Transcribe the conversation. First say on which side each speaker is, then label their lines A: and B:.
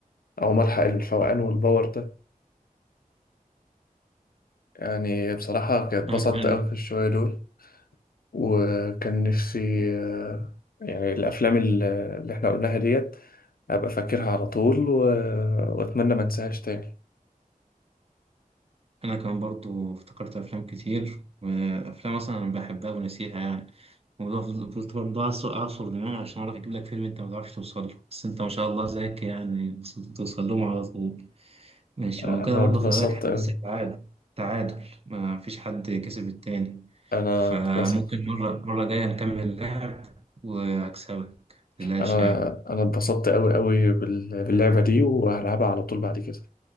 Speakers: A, on the left; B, on the right.
A: أقوم ألحق الفوقان والباور ده يعني بصراحة كانت اتبسطت
B: انا كمان
A: أوي في الشوية دول وكان نفسي آه، يعني الأفلام ال- اللي احنا قلناها ديت أبقى فاكرها على طول و... وأتمنى ما انساهاش تاني
B: انا كمان برضو افتكرت افلام كتير وافلام اصلا انا بحبها ونسيها يعني وفضلت فضلت برضو أعصر أعصر دماغي عشان أعرف أجيب لك فيلم أنت ما تعرفش توصل له بس أنت ما شاء الله ذكي يعني وصلت توصل لهم على طول ماشي
A: أنا
B: وكده برضو
A: اتبسطت
B: خلي بالك إحنا
A: أوي
B: لسه تعادل تعادل ما فيش حد كسب التاني
A: أنا
B: فممكن
A: اتبسطت
B: مرة مرة جاية نكمل لعب وأكسبك متقلقش
A: أنا
B: يعني.
A: أنا اتبسطت أوي أوي بال... باللعبة دي وهلعبها على طول بعد كده